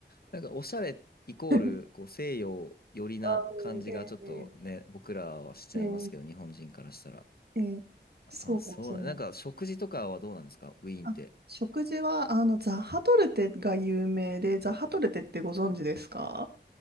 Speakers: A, on the left; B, on the right.
A: なんかおしゃれイコール、
B: <laughs>
A: こう、西洋寄りな感じがちょっとね、
B: あー、えー、
A: 僕らはしちゃいますけど、
B: え
A: 日本人からしたら。
B: ー、えーそうかもしれない。
A: あ、そうだ。なんか、食事とかはどうなんですか、ウィーンって。
B: あ、食事は、あの、ザハトルテが有名で、ザハトルテってご存知ですか